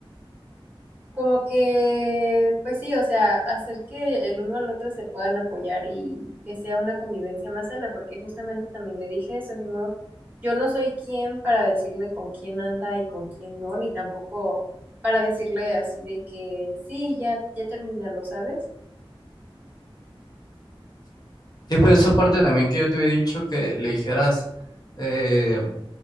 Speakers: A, on the right; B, on the left.
A: como que, pues sí, o sea, hacer que el uno al otro se puedan apoyar y que sea una convivencia más sana, porque justamente también le dije eso, ni modo, yo no soy quien para decirle con quién anda y con quién no, ni tampoco para decirle así de que sí, ya, ya termínalo, ¿sabes?
B: Sí, pues esa parte también que yo te había dicho que le dijeras, eh,